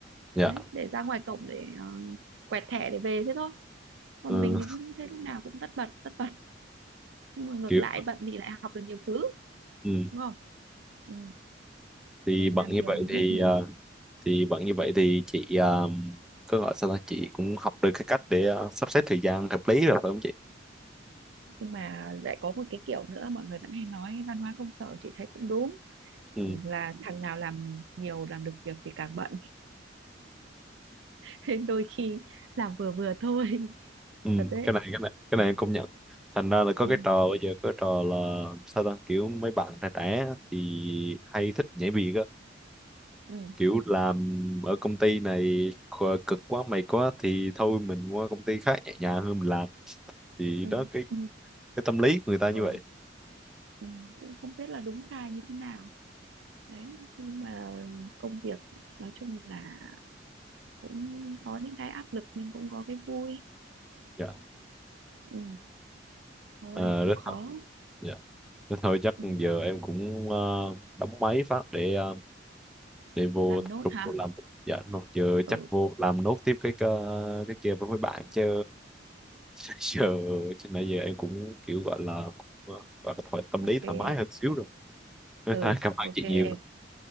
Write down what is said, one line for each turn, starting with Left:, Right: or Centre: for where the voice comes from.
Centre: dạ
Right: đấy để ra ngoài cổng để ờ, quẹt thẻ để về thế thôi còn
Centre: ừ,
Right: mình thì cứ thế lúc nào cũng tất bật tất bật nhưng mà ngược
Centre: kiểu
Right: lại bận thì lại học được nhiều thứ
Centre: ừ.
Right: đúng không ừ.
Centre: thì
Right: mình
Centre: bận
Right: làm
Centre: như
Right: nhiều
Centre: vậy
Right: mình
Centre: thì
Right: biết nhiều
Centre: ờ, thì bận như vậy thì chị ờ, có gọi sao ta chị cũng học được cái cách để ờ, sắp xếp thời gian hợp lý rồi phải không chị
Right: nhưng mà lại có một cái kiểu nữa mọi người vẫn hay nói văn hóa công sở chị thấy cũng đúng
Centre: ừ
Right: là thằng nào làm nhiều làm được việc thì càng bận <laughs> nên đôi khi làm vừa vừa thôi <laughs>
Centre: ừ
Right: thật đấy
Centre: cái này cái này cái
Right: ừ
Centre: này em công nhận thành ra là có
Right: ừ
Centre: cái trò bây giờ có cái trò là sao ta kiểu mấy bạn trẻ trẻ thì hay thích nhảy việc á
Right: ừ
Centre: kiểu làm ở công ty này khờ- cực quá mệt quá thì thôi mình qua công ty khác nhẹ nhàng hơn mình làm thì
Right: ừ
Centre: đó cái
Right: ừ,
Centre: cái tâm lý của người ta
Right: ừ,
Centre: như vậy
Right: ừ. cũng không biết là đúng sai như thế nào đấy nhưng mà công việc nói chung là cũng có những cái áp lực nhưng cũng có cái vui
Centre: dạ
Right: ừ thôi
Centre: Ờ,
Right: chịu
Centre: rất
Right: khó
Centre: thật dạ. Thế thôi chắc
Right: ừ
Centre: giờ em cũng ờ, đóng máy phát để ờ, để vô
Right: làm
Centre: tập
Right: nốt
Centre: trung
Right: hả
Centre: vô làm dạ đúng rồi. giờ
Right: ừ
Centre: chắc vô làm nốt tiếp cái cái, cái kia với mấy bạn chứ <laughs> giờ chứ nãy giờ em cũng kiểu gọi là cũng, ờ, gọi là thoải tâm
Right: ok
Centre: lý thoải
Right: em
Centre: mái hơn xíu rồi Thế
Right: ừ
Centre: thôi, cảm ơn
Right: ok
Centre: chị
Right: em
Centre: nhiều